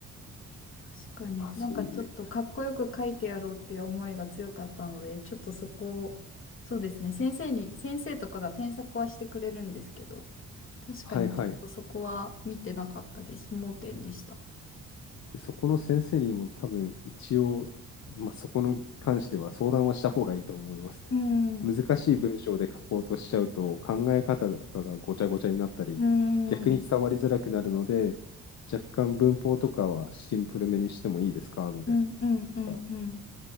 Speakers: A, on the left (about 45°); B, on the left (about 60°).
A: 確かになんかちょっとかっこよく書いてやろうっていう思いが強かったので、
B: まあそういう、
A: ちょっとそこを、そうですね、先生に、先生とかが添削はしてくれるんですけど、確かにちょっとそこは見てなかったです。
B: はいはい。
A: 盲点でした。
B: で、そこの先生にも多分一応、まあそこに関しては相談はした方がいいと思います。
A: うん、うん、
B: 難しい文章で書こうとしちゃうと考え方とかがごちゃごちゃになったり、
A: うん、
B: 逆に伝わりづらくなるので、若干文法とかはシンプルめにしてもいいですかみたい
A: うん、うん、うんうん。
B: な。